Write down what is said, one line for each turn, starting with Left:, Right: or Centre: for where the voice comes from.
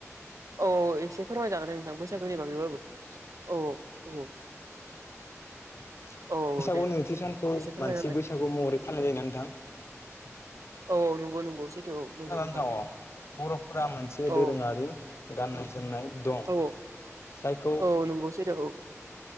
Right: औ एसे फोरमाय जागोन नोंथां बैसागोनि बागैबाबो औ औ
Left: <inaudible>
Right: औ
Left: बैसागु
Right: औ दे
Left: नैथि सानखौ
Right: एसे फोरमायनालाय
Left: मानसि बैसागु महरै फानलिनाय जायो ना नोंथां।
Right: औ औ नंगौ नंगौ सैथो औ
Left: खोनादोंना
Right: नंगौ नोंथां
Left: अ बर'फोरा मोनसे
Right: औ
Left: दोरोङारि गाननाय जोमनाय दं
Right: औ
Left: जायखौ
Right: औ नंगौ सैथो औ